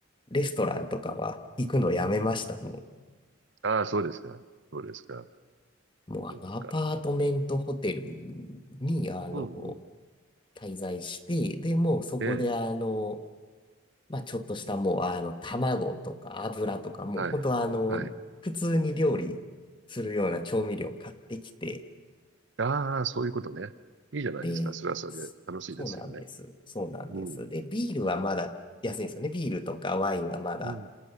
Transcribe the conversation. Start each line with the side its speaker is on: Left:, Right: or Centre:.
Left: レストランとかは行くのやめました。
Right: うん。
Left: もう
Right: ああ、そうですか。そうですか。
Left: もうあの、
Right: そっか、そっか。
Left: アパートメントホテルに、あの、
Right: うん、うん。
Left: 滞在して、で、もうそこで、
Right: ええ。
Left: あの、まあ、ちょっとしたもう、あの、卵とか油とか、もう本当あの、
Right: はい。はい。
Left: 普通に料理するような調味料買ってきて、
Right: ああ、そういうことね。いいじゃないですか。
Left: で、
Right: それはそれで楽しいですよね。
Left: そそうなんです。そうなんです。
Right: うん、
Left: で、ビールはまだ安いんですよね。ビールとかワインはまだ。
Right: うん、